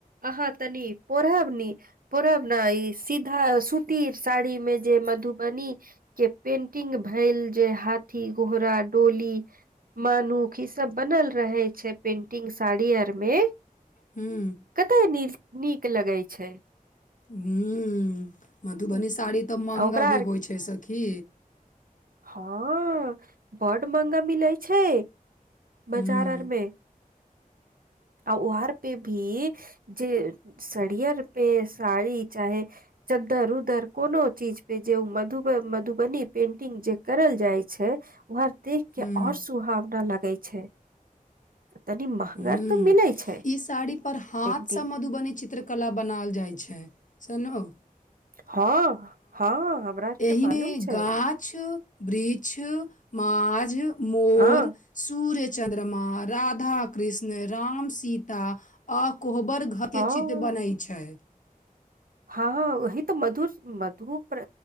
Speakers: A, on the right; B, on the left.
A: अहाँ तनि पढ़ब नि पढ़ब नै आ इ सीधा सुती साड़ी में जे मधुबनी के पेंटिंग भैल जाइ जे हाथी घोड़ा डोली मानुख ई सब बनल रहै छै पेंट पेंटिंग साड़ी आर मे
B: हम्म,
A: कते नी नीक लगै छै
B: ह्म मधुबनी
A: आ
B: साड़ी तऽ महँंगा
A: ओकरा
B: भी
A: आर
B: होइ छै सखी
A: हँ बड महंगा मिलै छै
B: हम्म,
A: बजार आरमे आ उहार पे भी जे सड़ियर पे साड़ी चाहे चद्दर उदर कोनो चीज पे जे मधुब मधुबनी पेंट टिंग जे करल जाइ छै वह देख
B: हम्म।
A: के और सुहावना लगै छै तनी <inaudible>
B: ह्म
A: तऽ मिलै छै
B: ई साड़ी पर हाथ
A: पेंटिंग
B: से मधुबनी चित्रकला बनाल जाय छै सनौ
A: हँ हँ हमरा आरके
B: एहिमे
A: मालूम छै
B: गाछ वृक्ष माझ मोर
A: हँ
B: सूर्य चन्द्रमा राधा कृष्ण राम सीता अ कोहबर घर के
A: हँ
B: चित्र बनै छै
A: हँ ओहि तऽ मधुर मधुपर